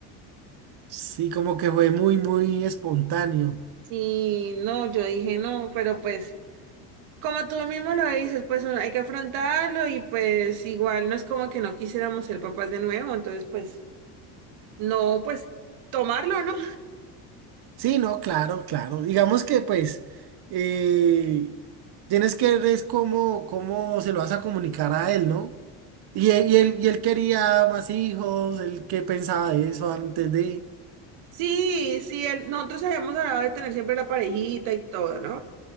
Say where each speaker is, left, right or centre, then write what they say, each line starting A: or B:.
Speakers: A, on the right; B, on the right.
A: Sí, como que fue muy, muy espontáneo.
B: Sí, no, yo dije no, pero pues como tú mismo lo dices, pues uno- hay que afrontarlo y pues igual no es como que no quisiéramos ser papás de nuevo, entonces pues no, pues tomarlo, ¿no?
A: Sí, no, claro, claro. Digamos que pues eh, tienes que ver es cómo, cómo se lo vas a comunicar a él, ¿no? Y él, y él, y él quería más hijos, él qué pensaba de eso antes de...
B: Sí, sí, el- nosotros habíamos hablado de tener siempre la parejita y todo, ¿no?